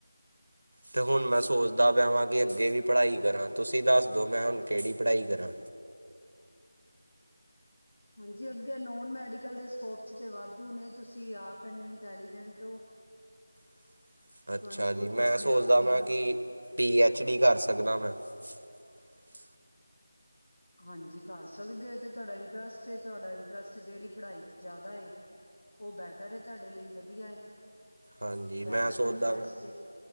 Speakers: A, on the right; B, on the left.
A: ਤੇ ਹੁਣ ਮੈਂ ਸੋਚਦਾ ਪਿਆ ਵਾਂ ਕਿ ਅੱਗੇ ਵੀ ਪੜ੍ਹਾਈ ਕਰਾਂ ਤੁਸੀਂ ਦੱਸ ਦੋ ਮੈਂ ਹੁਣ ਕਿਹੜੀ ਪੜ੍ਹਾਈ ਕਰਾਂ
B: ਹਾਂਜੀ ਅੱਗੇ ਨੋਨ ਮੈਡੀਕਲ ਦੇ ਸਕੋਪ 'ਚ ਤਾਂ ਵਾਧੂ ਨੇ ਤੁਸੀਂ ਆਪ ਇਨੇ ਇੰਟੈਲੀਜੈਂਟ ਹੋ
A: <inaudible>
B: ਤੁਹਾਨੂੰ ਖੁਦ ਆਪਣੇ ਆਪ ਨੂੰ
A: <inaudible>
B: ਹਾਂਜੀ ਕਰ ਸਕਦੇ ਹੋ ਤੇ ਤੁਹਾਡਾ ਇੰਟਰਸਟ ਏ ਤੁਹਾਡਾ ਇੰਟਰਸਟ ਜਿਹੜੀ ਪੜ੍ਹਾਈ ਚ ਜ਼ਿਆਦਾ ਉਹ ਬੈਟਰ ਏ ਤੁਹਾਡੇ ਲਈ ਵਧੀਆ
A: ਹਾਂਜੀ
B: ਬੈਟਰ
A: ਮੈਂ ਸੋਚਦਾ
B: ਤੋਂ ਵੀ ਬੈਸਟ ਏ।